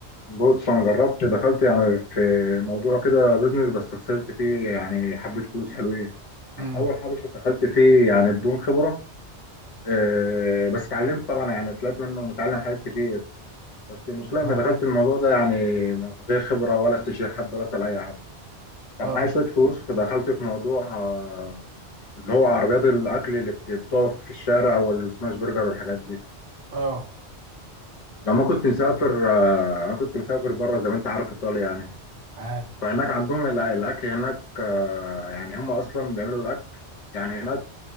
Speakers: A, on the left; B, on the right.
A: بص انا جربت دخلت يعني في موضوع كده بيزنس بس خسرت فيه يعني حبه فلوس حلوين
B: امم
A: يعني اول حاجه دخلت فيه يعني بدون خبره آه، بس اتعلمت طبعا يعني طلعت منه متعلم حاجات كتير بس المشكله اني
B: اه
A: دخلت الموضوع ده يعني من غير خبره ولا استشير حد ولا اسال اي حد كان
B: اه
A: معايا شويه فلوس فدخلت في موضوع آه، اللي هو عربيات الاكل اللي بت- بتقف في الشارع والسماش برجر والحاجات دي
B: اه
A: لما كنت مسافر آه، انا كنت مسافر بره زي ما انت عارف ايطاليا يعني
B: عارف
A: فهناك عندهم الأ- الأكل هناك آه، يعني هم أصلا بيعملوا الأكل يعني هناك